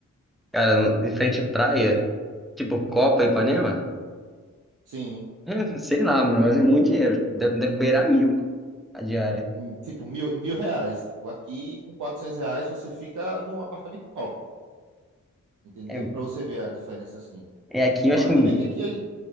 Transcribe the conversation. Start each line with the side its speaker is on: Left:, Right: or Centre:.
Centre: Cara, não- em frente à praia, tipo Copa e Ipanema? <laughs>
Right: Sim,
Centre: É, sei lá, mano, mas é muito dinheiro. Deve, deve beirar mil a diária.
Right: hum, tipo, mil, mil reais. Tipo, aqui com 400 reais você fica num apartamento top, entendeu?
Centre: É,
Right: Para você ver a diferença assim.
Centre: é aqui, eu
Right: Fora
Centre: acho que.
Right: também que aqui, a-